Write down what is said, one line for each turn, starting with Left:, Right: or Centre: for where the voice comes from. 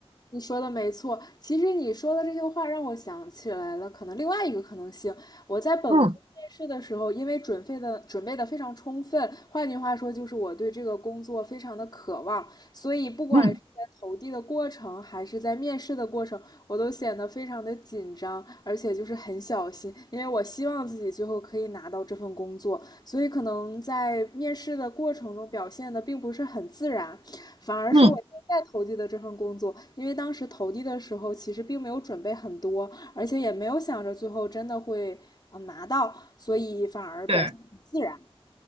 Left: 你说的没错，其实你说的这句话让我想起来了，可能另外一个可能性，我在本科面试的时候，
Right: 嗯
Left: 因为准备的准备的非常充分，换句话说就是我对这个工作非常的渴望，所以不管是在投递的过程，
Right: 嗯
Left: 还是在面试的过程，我都显得非常的紧张，而且就是很小心，因为我希望自己最后可以拿到这份工作，所以可能在面试的过程中表现的并不是很自然，反而是我现在投递的这份工作，
Right: 嗯，
Left: 因为当时投递的时候其实并没有准备很多，而且也没有想着最后真的会嗯拿到，所以反而表现很自然。
Right: 对。